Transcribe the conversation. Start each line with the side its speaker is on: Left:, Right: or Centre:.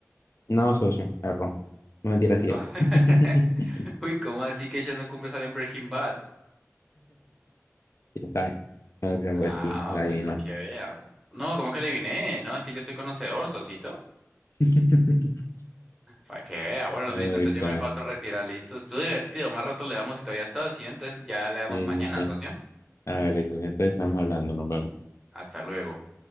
Left: No, socio, error. No mentira,
Centre: <laughs>
Left: sí. era. <laughs>
Centre: Uy, ¿cómo así que ella no cumple salir en Breaking Bad?
Left: ¿Quién sabe? Entonces,
Centre: Ah,
Left: pues sí, la adivinó.
Centre: pues para que vea. No, ¿cómo que adiviné? No, es que yo soy conocedor, Sosito.
Left: <laughs>
Centre: Para que vea. Bueno,
Left: Ay,
Centre: Sosito, entonces
Left: viste,
Centre: yo
Left: man.
Centre: me paso a retirar. Listo, estuvo divertido. Más rato le damos si todavía está, si no, entonces ya le damos
Left: Sí,
Centre: mañana,
Left: sí, sí.
Centre: socio.
Left: A ver, socio, entonces estamos hablando, nos vemos.
Centre: Hasta luego.